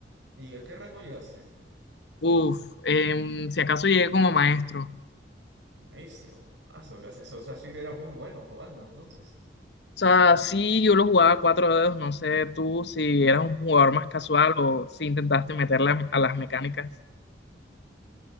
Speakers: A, on the right; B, on the left.
A: ¿Y a qué rango llegaste?
B: Uf, em, si acaso llegué como maestro. O
A: Maestro. Ah, so que haces eso. O sea, sí que eras muy bueno jugando entonces.
B: sea, sí, yo lo jugaba a cuatro dedos, no sé tú si eras un jugador más casual
A: Ujú.
B: o si intentaste meterle a a las mecánicas.